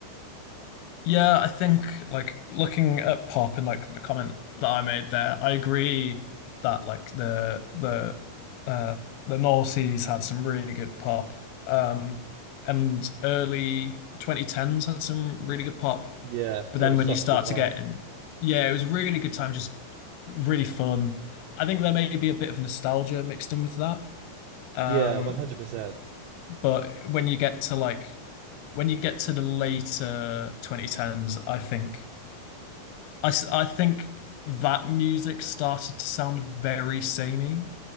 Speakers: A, on the left; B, on the right.
A: yeah, I think like looking at pop and like the comment that I made there, I agree that like the the uh the noughties had some really good pop. Um and early 2010s had some really good pop.
B: Yeah,
A: But
B: it
A: then
B: was
A: when
B: such
A: you start
B: a good time.
A: to get in, yeah, it was a really good time, just really fun. I think there may be a bit of nostalgia mixed in with that. Um,
B: Yeah, 100%.
A: But when you get to like when you get to the later 2010s, I think I, s- I think that music started to sound very samey,